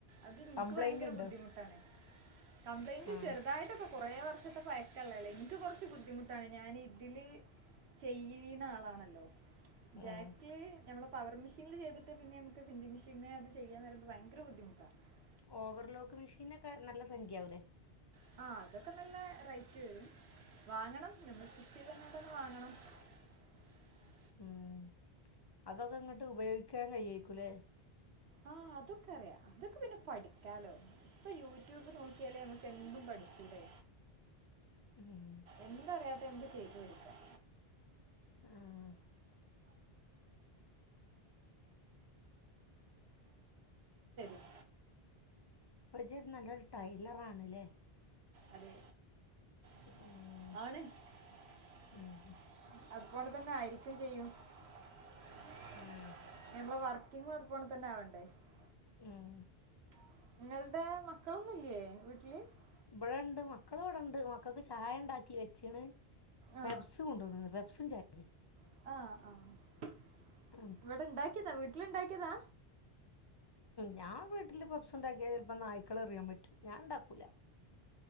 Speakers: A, on the right; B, on the left.
A: അത് എനിക്ക്
B: കംപ്ലൈൻ്റ്
A: ഭയങ്കര
B: ഉണ്ടോ
A: ബുദ്ധിമുട്ടാണ് കംപ്ലയിൻ്റ്
B: ആ
A: ചെറുതായിട്ടൊക്കെ കുറെ വർഷത്തെ പയകൊള്ളതല്ലേ എനിക്ക് കുറച്ച് ബുദ്ധിമുട്ടാണ് ഞാൻ ഇതില് ചെയ്യീന്ന ആളാണല്ലോ
B: ഉം.
A: ജാക്ക്ലി ഞമ്മള് പവർ മെഷീനില് ചെയ്തിട്ട് പിന്നേം <inaudible>
B: <inaudible>
A: <inaudible>
B: <inaudible>
A: ആ അതൊക്കെ അറിയാം അതൊക്കെ പിന്നെ പഠിക്കാമല്ലോ ഇപ്പോൾ യൂട്യൂബ് നോക്കിയാല് നമുക്ക് എന്തും പഠിച്ചുടെ
B: <inaudible>
A: എന്തറിയാത്തെ എന്തും ചെയ്തു തരും
B: ആഹ്
A: <inaudible> <inaudible> <unintelligible>
B: <inaudible>
A: അതെ <inaudible>
B: ഉം
A: <inaudible>
B: ഉം
A: <inaudible> <inaudible> ഇന്നും
B: ഉം
A: അതുപോലതന്നാവണ്ടേ
B: ഉം
A: <inaudible>
B: <inaudible> പെപ്സ് <unintelligible>
A: ആ
B: <inaudible>
A: <inaudible> <unintelligible>
B: <inaudible>
A: ഇവിടെ ഉണ്ടാക്കിയതാ വീട്ടിലുണ്ടാക്കിയതാ
B: ഞാൻ വീട്ടിൽ പപ്സ് ഉണ്ടാക്കിയാ ചിലപ്പം നായക്കളെറിയാൻ പറ്റും ഞാൻ ഇണ്ടാക്കൂല